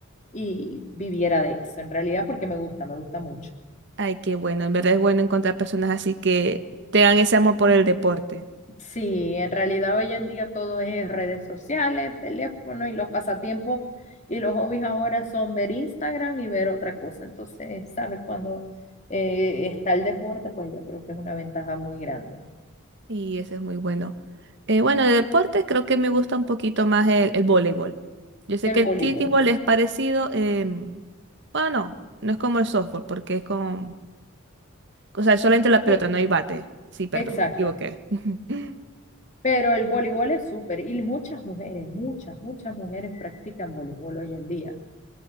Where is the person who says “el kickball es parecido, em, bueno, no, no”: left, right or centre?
Right